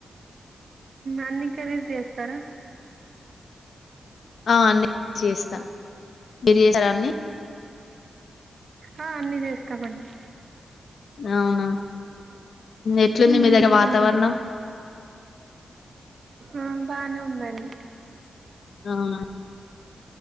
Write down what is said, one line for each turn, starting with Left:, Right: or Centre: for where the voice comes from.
Right: అన్ని కఖరీజ్ చేస్తారా
Left: ఆ నేను చేస్తా మీరిసన్ని
Right: ఆ అన్నిీ చేస్తామన్నడి
Left: అవునా ఎట్లుంది
Right: ఉమ్
Left: మీ దగ్గర
Right: అవునండి
Left: వాతావరణం
Right: ఆ బానే ఉందండి
Left: అవునా